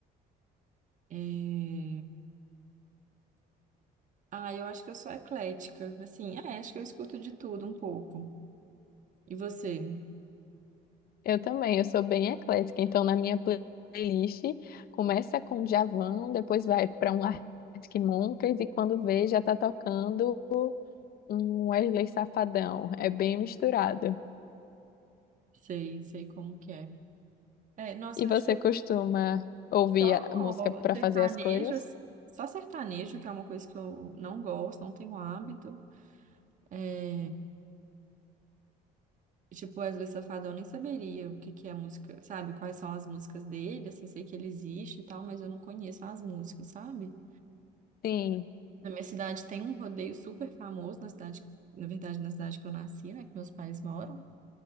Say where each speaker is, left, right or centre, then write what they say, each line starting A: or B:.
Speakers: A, on the right; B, on the left.
A: É... Ah, eu acho que eu sou eclética. Assim, é, acho que eu escuto de tudo um pouco. E você?
B: Eu também, eu sou bem eclética, então na minha play- playlist começa com Djavan, depois vai para um Arctic Monkeys e quando vê já tá tocando um Wesley Safadão, é bem misturado.
A: Sei, sei como que é. É, nossa,
B: E
A: eu
B: você
A: acho que eu
B: costuma ouvir
A: Só
B: a música para
A: sertanejo,
B: fazer as coisas?
A: assim, só sertanejo, que é uma coisa que eu não gosto, não tenho hábito. É, tipo, Wesley Safadão, eu nem saberia o que que é a música, sabe? Quais são as músicas dele, assim, sei que ele existe e tal, mas eu não conheço as músicas, sabe?
B: Sim.
A: Na minha cidade tem um rodeio super famoso, na cidade, na verdade, na cidade que eu nasci, né? Que meus pais moram,